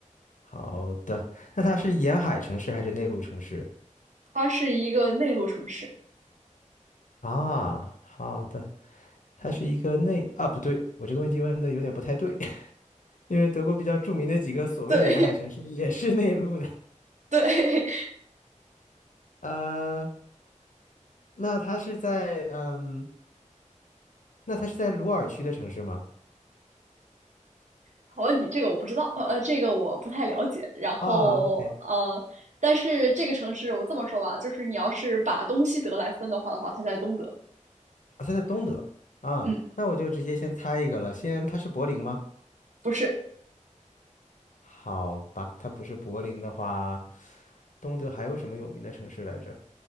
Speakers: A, on the left; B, on the right.
A: 好的，那它是沿海城市还是内陆城市？
B: 它是一个内陆城市。
A: 啊，好的，它是一个内，啊，不对，我这个问题问的有点不太对，<laughs> 因为德国比较著名的几个所谓的沿海城市也是内陆的。
B: 对 <laughs> 对，
A: 呃那它是在嗯，那它是在鲁尔区的城市吗？
B: 好问题，这个我不知道，呃，呃这个我不太了解。然后，
A: 啊，OK，
B: 呃，但是这个城市我这么说吧，就是你要是把东西德来分的话的话，它在东德。
A: 啊，它在东德啊，
B: 嗯，
A: 那我就直接先猜一个了，先它是柏林吗？
B: 不是，
A: 好吧，它不是柏林的话，东德还有什么有名的城市来着？